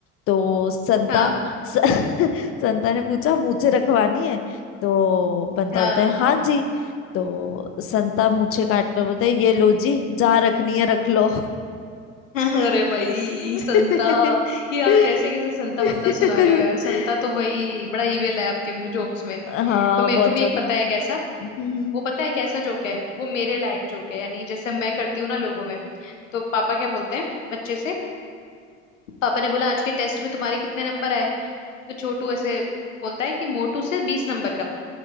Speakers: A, on the left; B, on the left.
A: तो संता
B: हाँ
A: स, <laughs> संता ने पूछा मूछें रखवानी है तो बंता
B: हाँ
A: बोलता है हाँ जी तो संता मूछें काट कर बोलता है ये लो जी जहाँ रखनी है रख लो
B: अरे भाई
A: <laughs>
B: संता ये आप कैसे कैसे संता बनता सुना रहे हो यार संता तो भाई बड़ा इविल है आपके में जोक्स में
A: हाँ
B: तो मेरे
A: बहुत
B: को भी
A: ज्यादा
B: एक पता है कैसा
A: हम्म।
B: वो पता है कैसा जोक है वो मेरे लायक जोक है यानी जैसे मैं करती हूँ ना लोगों में तो पापा क्या बोलते हैं बच्चे से पापा ने बोला आज के टेस्ट में तुम्हारे कितने नंबर आए तो छोटू ऐसे बोलता है कि मोटू से बीस नंबर कम